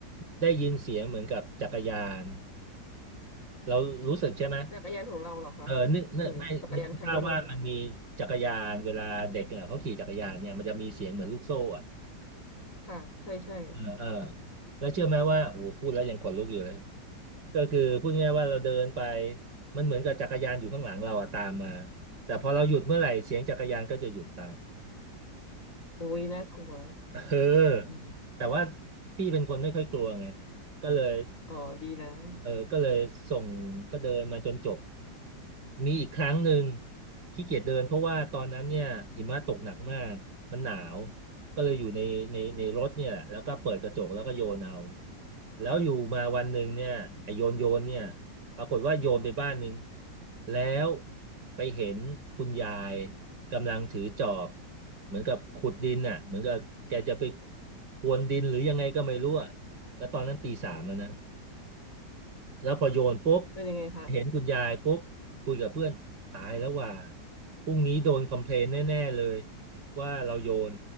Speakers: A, on the right (about 80°); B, on the left (about 45°).
A: ได้ยินเสียงเหมือนกับจักรยาน เรารู้สึกใช่ไหม
B: <laughs> จักรยานของเราเหรอคะ
A: เออนึกนึกไม่นึกภาพว่ามันมีจักรยาน
B: หรือจักรยานใครก็ไม่รู้
A: เวลาเด็กเนี่ยเขาขี่จักรยานเนี่ยมันจะมีเสียงเหมือนลูกโซ่อ่ะ
B: ค่ะใช่ใช่
A: เออเออแล้วเชื่อไหมว่าโอ้โหพูดแล้วยังขนลุกอยู่เลยก็คือพูดง่ายๆว่าเราเดินไปมันเหมือนกับจักรยานอยู่ข้างหลังเราอะตามมา แต่พอเราหยุดเมื่อไหร่เสียงจักรยานก็จะหยุดตาม
B: โอ้ยน่ากลัว
A: เออ
B: อืม
A: แต่ว่าพี่เป็นคนไม่ค่อยกลัวไงก็เลย
B: อ๋อดีแล้ว
A: เออก็เลยส่งก็เดินมาจนจบมีอีกครั้งหนึ่งขี้เกียจเดินเพราะว่าตอนนั้นเนี่ยหิมะตกหนักมากมันหนาวก็เลยอยู่ในในในรถเนี่ยแหละแล้วก็เปิดกระจกแล้วก็โยนเอาแล้วอยู่มาวันหนึ่งเนี่ยไอโยนโยนเนี่ยปรากฏว่าโยนไปบ้านหนึ่งแล้วไปเห็นคุณยายกำลังถือจอบเหมือนกับขุดดินน่ะเหมือนกับแกจะไปพรวนดินหรือยังไงก็ไม่รู้อะแล้วตอนนั้นตีสามแล้วนะ แล้วพอโยนปุ๊บ
B: เป็นยังไงคะ
A: เห็นคุณยายปุ๊บคุยกับเพื่อนตายแล้วว่าพรุ่งนี้โดนคอมเพลนแน่ๆเลยว่าเราโยน